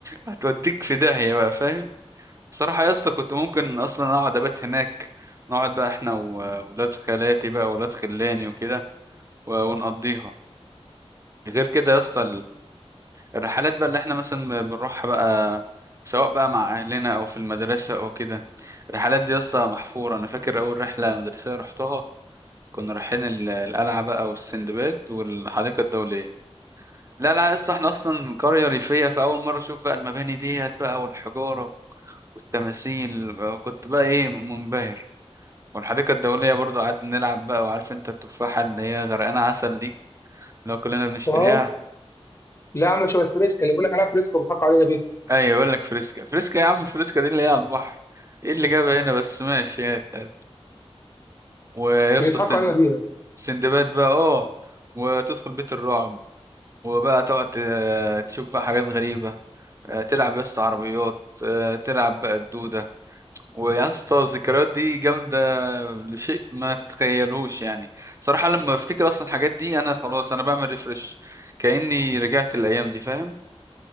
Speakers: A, on the right; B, on the left.
A: هتوديك في داهيه بقى فاهم صراحه يا اسطى كنت ممكن اصلا اقعد ابات هناك نقعد بقى احنا وولاد خالاتي بقى ولاد خلاني وكده و- ونقضيها غير كده يا اسطى الرحلات بقى اللي احنا مثلا بنروحها بقى سواء بقى مع اهلنا او في المدرسه او كده الرحلات دي يا اسطى محفوره انا فاكر اول رحله مدرسيه رحتها كنا رايحين ال- القلعه بقى والسندباد والحديقه الدوليه لا لا يا اسطى احنا اصلا قريه ريفيه فاول مره اشوف بقى المباني ديت بقى والحجاره والتماثيل كنت بقى ايه منبهر والحديقه الدوليه برضو قعدنا نلعب بقى وعارف انت التفاحه اللي هي غرقانه عسل دي اللي هو كلنا بنشتريها
B: اه لا عامله شبه فريسكا اللي بيقول لك عليها فريسكا وبيضحكوا علينا بيها
A: ايوه يقول لك فريسكا فريسكا يا عم فريسكا دي اللي هي على البحر ايه اللي جابها هنا بس ماشي يا تقل. ويا اسطى
B: بيضحكوا
A: سن...
B: علينا بيها
A: سندباد بقى اه وتدخل بيت الرعب وبقى تقعد ت- تشوف بقى حاجات غريبة آه، تلعب يا اسطى عربيات آه، تلعب بقى الدودة ويا اسطى الذكريات دي جامدة لشيء ما تتخيلوش يعني صراحة لما بفتكر اصلا الحاجات دي انا خلاص انا بعمل ريفرش كأني رجعت الايام دي فاهم